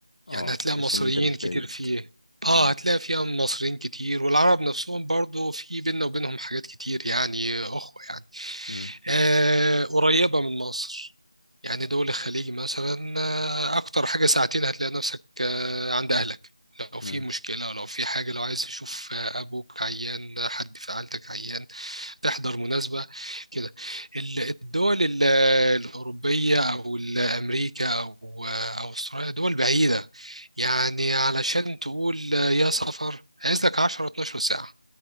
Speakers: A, on the left; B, on the right.
A: اه
B: يعني هتلاقي
A: تحس
B: مصريين
A: إن أنت مش
B: كتير
A: بعيد
B: فيه آه
A: مم.
B: هتلاقي فيها مصريين كتير والعرب نفسهم برضو في بيننا وبينهم حاجات كتير يعني أخوة يعني
A: مم.
B: آه قريبة من مصر يعني دول الخليج مثلا آه، أكتر حاجة ساعتين هتلاقي نفسك آه، عند أهلك لو
A: مم.
B: في مشكلة لو في حاجة لو عايز تشوف آه، أبوك عيان حد في عيلتك عيان تحضر مناسبة كده ال- الدول ال- الأوروبية أو ال- أمريكا أو أو أستراليا دول بعيدة يعني علشان تقول يا سفر عايز لك 10 12 ساعة